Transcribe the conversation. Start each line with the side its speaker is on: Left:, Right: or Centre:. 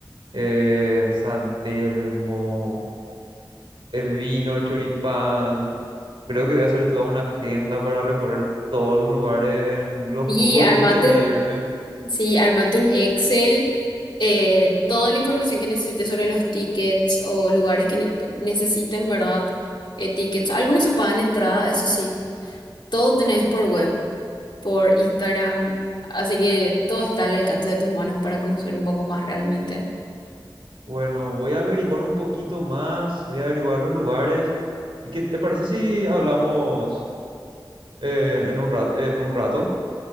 Right: eh, San Telmo, el vino, el choripán. Creo que voy a hacer toda una agenda para recorrer todos los lugares en los
Left: Y
Right: pocos
Left: armate
Right: <laughs> días que voy a irme.
Left: Sí, armate un Excel, eh, toda la información que necesites sobre los tickets o lugares que ne- necesiten, ¿verdad? Eh, tickets. Algunos se pagan entrada, eso sí, todo tenés por web, por Instagram, así que todo está al alcance de tus manos para conocer un poco más realmente.
Right: Bueno, voy a averiguar un poquito más, voy a averiguar los lugares. ¿Y qué te parece si hablamos? eh, en un rat, en un rato.